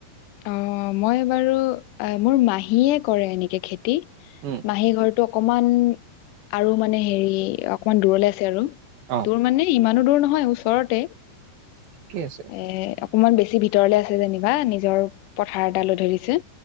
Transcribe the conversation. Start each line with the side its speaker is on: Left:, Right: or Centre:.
Left: অ মই বাৰু, মোৰ মাহীয়ে কৰে এনেকে খেতি।
Right: উম
Left: মাহী ঘৰটো অকমান আৰু মানে হেৰি অকমান দূৰলে আছে আৰু।
Right: অ
Left: তোৰ মানে ইমানো দূৰ নহয় ওচৰতে
Right: ঠিকে আছে
Left: এ অকণমান বেছি ভিতৰলে আছে যেনিবা নিজৰ পথাৰ এটা লৈ থৈ দিছে,